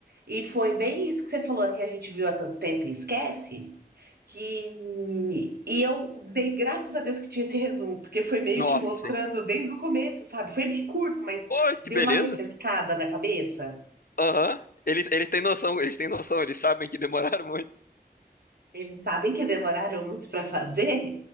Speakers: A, on the right; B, on the left.
A: E foi bem isso que você falou que a gente viu há tanto tempo e esquece. Que... E eu dei graças a Deus que tinha esse resumo, porque foi meio
B: Nossa,
A: que mostrando
B: sim.
A: desde o começo, sabe? Foi bem curto, mas
B: Pô, que
A: deu
B: beleza.
A: uma refrescada na cabeça.
B: Aham. Eles, eles têm noção, eles têm noção, eles sabem que demoraram muito.
A: Eles sabem que demoraram muito para fazer,